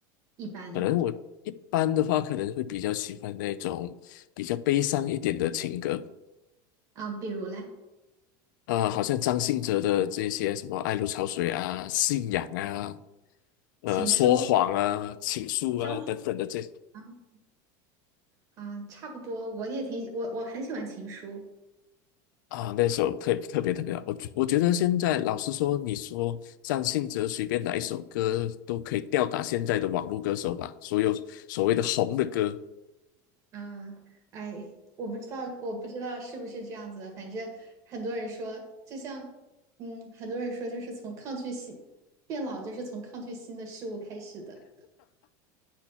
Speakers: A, on the right (about 30°); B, on the left (about 80°).
A: 一般
B: 可能我一般的话，可能会比较喜欢那种比较悲伤一点的情歌，
A: 啊，比如嘞？
B: 啊、好像张信哲的这些什么《爱如潮水》啊、《信仰》啊、呃、
A: 情书
B: 说谎啊、倾诉啊等等的这
A: 张学啊啊，差不多，我也挺我我很喜欢情书
B: 啊，那首特特别特别好，我觉我觉得现在老实说，你说张信哲随便哪一首歌都可以吊打现在的网络歌手吧？所有所谓的红的歌，
A: 啊，哎，我不知道我不知道是不是这样子的，反正很多人说，就像嗯，很多人说就是从抗拒新变老，就是从抗拒新的事物开始的。